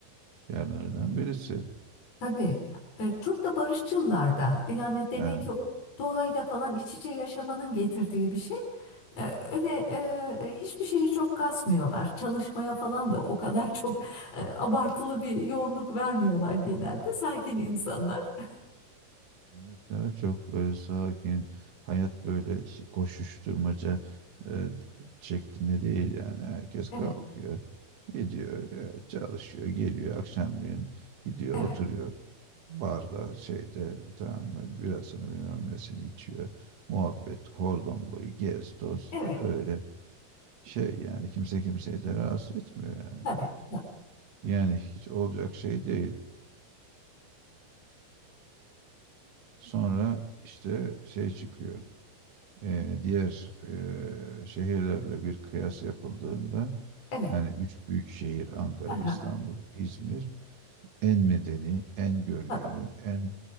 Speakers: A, on the right; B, on the left.
A: yerlerden birisi.
B: Tabii. E, Çok da barışçılar da. E, Yani demek
A: Ha,
B: ki o doğayla falan iç içe yaşamanın getirdiği bir şey. E, Öyle e, hiçbir şeyi çok kasmıyorlar. Çalışmaya falan da o kadar çok e, abartılı bir yoğunluk vermiyorlar genelde. Sakin insanlar. <laughs>
A: evet evet çok böyle sakin hayat böyle şi- koşuşturmaca e, şeklinde değil yani herkes kalkıyor
B: Evet,
A: gidiyor e, çalışıyor geliyor akşamleyin gidiyor
B: evet,
A: oturuyor barda şeyde tamam mı birasını bilmem nesini içiyor muhabbet kordon boyu gez toz
B: evet.
A: öyle Şey yani kimse kimseyi de rahatsız etmiyor yani.
B: Tabii, tabii.
A: Yani hiç olacak şey değil. Sonra işte şey çıkıyor. Ee, diğer ee, şehirlerle bir kıyas yapıldığında
B: Evet.
A: hani üç büyük şehir Ankara,
B: Aha,
A: İstanbul, İzmir en medeni, en görgülü,
B: tabii,
A: en